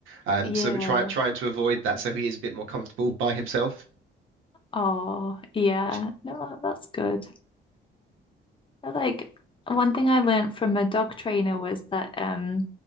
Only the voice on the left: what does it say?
Yeah.
Oh, yeah.
No, that's good. Like one thing I learned from a dog trainer was that um,